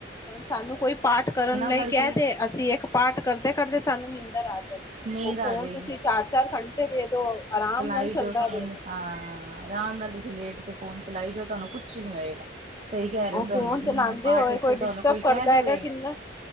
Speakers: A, on the left (about 15°); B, on the right (about 35°).
A: ਹੁਣ ਸਾਨੂੰ ਕੋਈ ਪਾਠ ਕਰਨ ਲਈ
B: ਕਰਕੇ
A: ਕੈਅ ਦੇ ਅਸੀਂ ਇੱਕ ਪਾਠ ਕਰਦੇ-ਕਰਦੇ ਸਾਨੂੰ ਨਿੰਦਰ ਆ। ਜਾਂਦੀ ਏ
B: ਨੀਂਦ
A: ਓ
B: ਆ
A: ਫੋਨ
B: ਜਾਏਗੀ।
A: ਤੁਸੀਂ ਚਾਰ-ਚਾਰ ਘੰਟੇ ਦੇ ਦੋ ਆਰਾਮ
B: ਚਲਾਈ
A: ਨਾਲ ਚੱਲਦਾ
B: ਜੋ ਤੁਹਾਨੂੰ
A: ਰਏਗਾ।
B: ਹਾਂ, ਆਰਾਮ ਨਾਲ ਤੁਸੀਂ ਲੇਟ ਕੇ ਫੋਨ ਚਲਾਈ ਜਾਓ ਤੁਆਨੂੰ ਕੁਛ ਨੀ ਹੋਏਗਾ। ਸਹੀ
A: ਹੂੰ
B: ਕਹਿ ਰਹੇ
A: ਓ
B: ਹੋ ਤੁਹਾਨੂੰ
A: ਫੋਨ ਚਲਾਂਦੇ
B: ਪਾਠ
A: ਹੋਏ
B: ਵਾਸਤੇ
A: ਕੋਈ
B: ਤੁਹਾਨੂੰ
A: ਡਿਸਟਬ ਕਰਦਾ
B: ਕਹਿ ਦੇਵੇ
A: ਹੈਗਾ ਕਿੰਨਾ